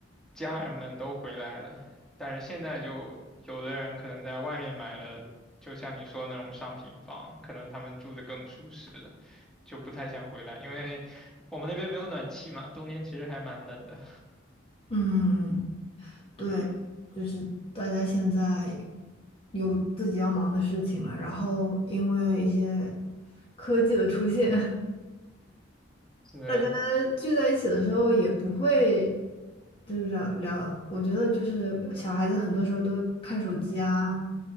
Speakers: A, in the centre; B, on the left.
A: 家人们都回来了，但是现在就有的人可能在外面买了，就像你说的那种商品房，可能他们住的更舒适，就不太想回来，因为我们那边没有暖气嘛，冬天其实还蛮冷的。
B: 嗯，对，
A: 嗯，
B: 就是大家现在有自己要忙的事情了，然后因为一些科技的出现，<laughs>
A: 是的，
B: 大家聚在一起的时候也不会就是聊聊，我觉得就是小孩子很多时候都看手机啊，